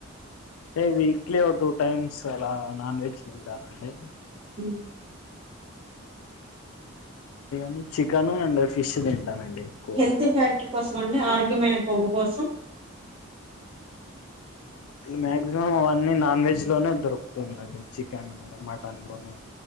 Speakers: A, on the left; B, on the right.
A: ఏ వీక్లీ టూ టైమ్స్ అలా నాన్ వెజ్ తింటానండి
B: హ్మ్మ్
A: ను చికెను అండ్ ఫిష్ తింటానండి ఎక్కువ
B: హెల్త్ ఫ్యాక్టరీ కోసం అండి ఆరోగ్యమైన కొవ్వు కోసం
A: మాక్సిమం అవన్నీ నాన్ వెజ్ లోనే దొరుకుతుందండి చికెన్ మటన్ లోనే